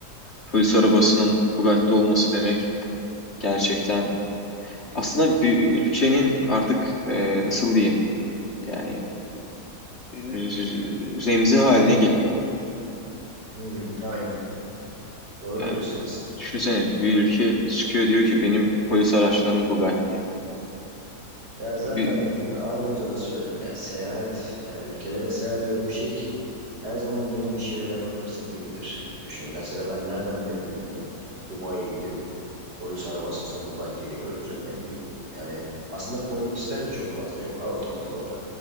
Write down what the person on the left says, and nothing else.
Polis arabasının Bugatti'de olması demek gerçekten aslında bir ülkenin artık e, nasıl diyeyim yani e, remzi haline geliyor.
Yani
düşünsene bir ülke çıkıyor diyor ki benim polis araçlarım Bugatti.
Yani Bir